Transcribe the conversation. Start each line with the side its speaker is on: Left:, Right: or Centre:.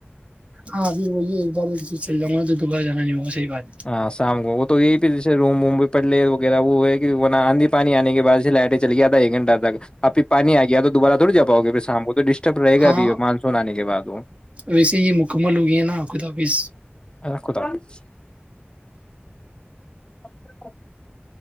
Right: ہاں پھر وہی ایک بار چ چلاؤں گا تو دوبار جانا نہیں ہوگا صحیح بات ہے
Left: ہاں سام گو تو یہی پ روم ووم پے وغیرہ وہ کہ آندھی پانی آنے کے بع لائٹیں چلیادا ایک گھٹہ تک اپھر پانی آ گیا تو دوبارہ تھوڑ جاؤے پھر شام کو تو ڈ ب رہے
Right: ہاں
Left: گابھی مانسون آنے کے بد ہلو <inaudible>
Right: ویسے یہ مکمل ہو گئی ہے نا خدافظ
Left: الکھود <inaudible>